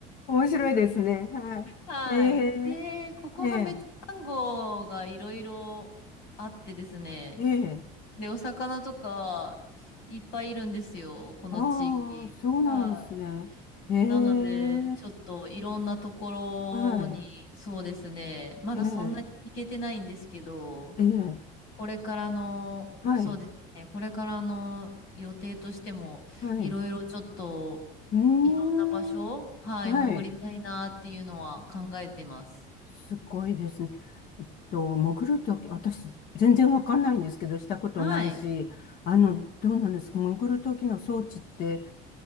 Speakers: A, on the left; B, on the left.
A: 面白いですね。はい。
B: はい。
A: え
B: で、
A: え
B: ここがめっちゃサンゴがいろいろあってですね。
A: ええええ
B: で、お魚とかいっぱいいるんですよ、この地域。
A: ああ、そうなんですね。
B: は
A: ええ
B: い。なので、ちょっといろんなところに、
A: はい。
B: そうですね、まだそんなに行けてないんですけど、
A: ええええ
B: これからの、
A: はい。
B: そうですね、これからの予定としても、
A: はい。
B: いろいろちょっと、
A: うーん。
B: いろんな場所、はい、
A: はい。
B: 潜りたいなっていうのは考えてます。
A: すごいですね。えっと、潜るとき、私、全然わかんないんですけど、したことないし、
B: はい。
A: あの、どうなんですか潜るときの装置って、